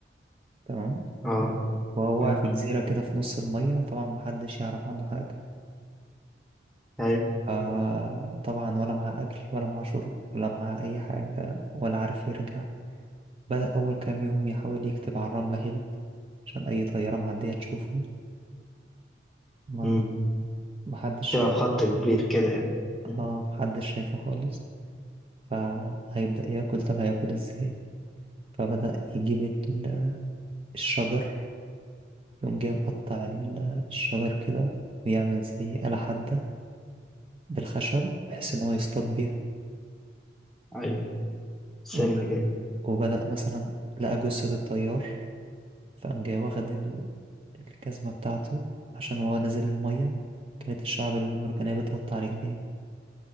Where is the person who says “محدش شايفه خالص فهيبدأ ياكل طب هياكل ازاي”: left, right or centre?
Right